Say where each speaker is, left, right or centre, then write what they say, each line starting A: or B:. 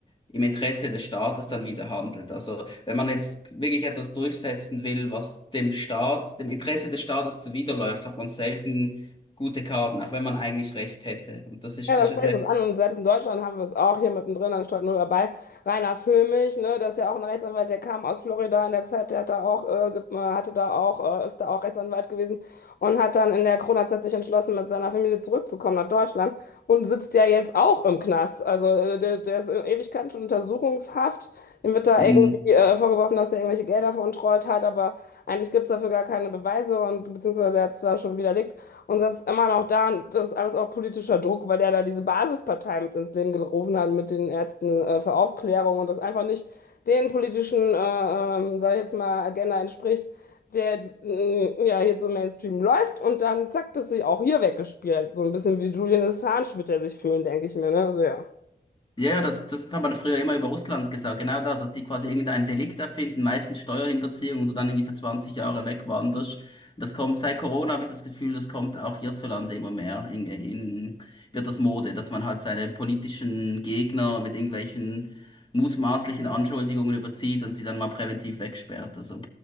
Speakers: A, on the left; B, on the left.
A: im Interesse des Staates dann wieder handelt. Also wenn man jetzt wirklich etwas durchsetzen will, was dem Staat, dem Interesse des Staates zuwiderläuft, hat man selten gute Karten, auch wenn man eigentlich recht hätte. Und das ist,
B: Ja,
A: das
B: das
A: ist
B: spricht
A: ja
B: uns an. Und selbst in Deutschland haben wir es auch hier mittendrin, anstatt nur dabei. Rainer Füllmich, ne, das ist ja auch ein Rechtsanwalt, der kam aus Florida in der Zeit, der hat da auch, äh, ge- äh, hatte da auch, äh, ist da auch Rechtsanwalt gewesen und hat dann in der Corona-Zeit sich entschlossen, mit seiner Familie zurückzukommen nach Deutschland und sitzt ja jetzt auch im Knast. Also äh, der, der ist in Ewigkeiten schon untersuchungshaft. Ihm wird da
A: sehr.
B: irgendwie äh, vorgeworfen, dass er irgendwelche Gelder veruntreut hat, aber eigentlich gibt es dafür gar keine Beweise und beziehungsweise er hat es da schon widerlegt. Und sonst immer noch da, das ist alles auch politischer Druck, weil der da diese Basispartei mit ins Leben gerufen hat, mit den Ärzten äh, für Aufklärung und das einfach nicht den politischen, äh, ähm, sag ich jetzt mal, Agenda entspricht, der äh, ja hier so Mainstream läuft und dann zack, bist du auch hier weggespielt. So ein bisschen wie Julian Assange wird er sich fühlen, denke ich mir, ne? Also ja,
A: Ja, ja, das, das hat man früher immer über Russland gesagt, genau das, dass die quasi irgendein Delikt erfinden, meistens Steuerhinterziehung und du dann irgendwie für 20 Jahre wegwanderst. Und das kommt, seit Corona habe ich das Gefühl, das kommt auch hierzulande immer mehr. In, in, wird das Mode, dass man halt seine politischen Gegner mit irgendwelchen mutmaßlichen Anschuldigungen überzieht und sie dann mal präventiv wegsperrt. Also